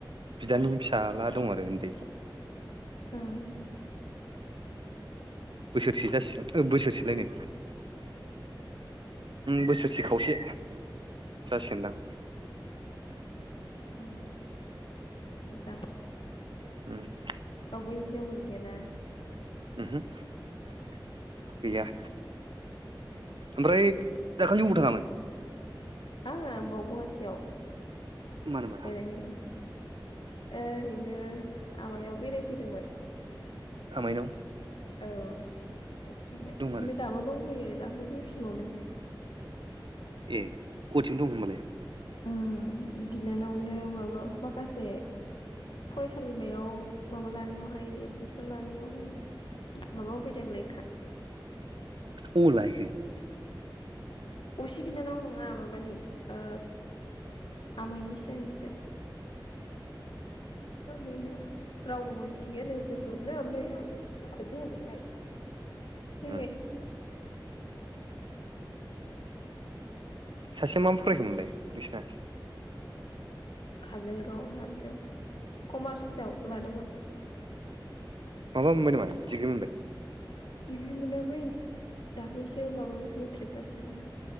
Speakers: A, on the right (about 75°); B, on the left (about 80°).
A: बिदानि फिसाला दं आरो उन्दै
B: ओं
A: बोसोरसे जासिगोन बोसोरसेलाय नो बोसोर से खावसे जासिगोन दां
B: उम जां
A: ओहो
B: औ <unintelligible>
A: <unintelligible> गैया ओमफ्राय दाखालि अबाव थांगामोन
B: आ ब गहाटियाव
A: मानोबा
B: बेराय फैदोंमोन ओरैनो आमायाव बेरायफैदोंमोन
A: आामायनाव
B: औ खाथियावहाय ओमफ्राय
A: आरो
B: दाबो दंफैयो दाख्लै फैफिनबावदों
A: ए कचिं दं होमबालाय
B: ओ बिनानावनो माबा माखासे फरायसालिमायाव माबा लानायावहाय एडमिसन लानायावहाय माबा होफैदों लेखा
A: अबाव लााहैखो
B: असि बिनानाव नङा माबानि ओ आमायनि फिसाजो सो अ बेनो रावबो मोनानसि गैया नो होफैब्रबनो ओमफाय आंख आंखो थोनहरबाय फैबाय
A: ए सासेया मा फरायखोममोनलाय बिसना
B: काजोलगावआवनो हाबदों कमार्सआव लादोंमोन ।
A: माबा मोनबायनामा डिग्री मोनबाय
B: डिग्री मोनाखै दाख्लैसो माबा मेट्रिक पास जानाय आं